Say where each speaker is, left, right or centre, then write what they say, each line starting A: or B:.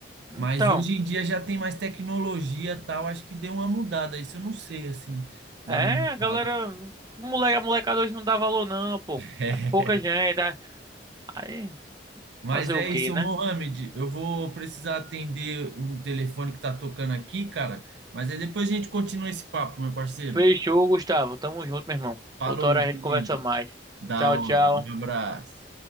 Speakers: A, on the right; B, on the right.
A: então.
B: Mas hoje em dia já tem mais tecnologia, e tal, acho que deu uma mudada, isso eu não sei assim,
A: É,
B: da mudada.
A: a galera. o Moleque, a molecada hoje não dá valor, não, pô.
B: <laughs>
A: É pouca gente. é- Aí,
B: Mas
A: fazer
B: é
A: o quê,
B: isso,
A: né?
B: ô Mohamed. Eu vou precisar atender o telefone que tá tocando aqui, cara. Mas aí depois a gente continua esse papo, meu parceiro.
A: Fechou, Gustavo. Tamo junto, meu irmão.
B: Falou,
A: Outra hora
B: meu
A: a gente
B: querido.
A: conversa mais.
B: Da
A: Tchau,
B: hora.
A: tchau.
B: Um abraço.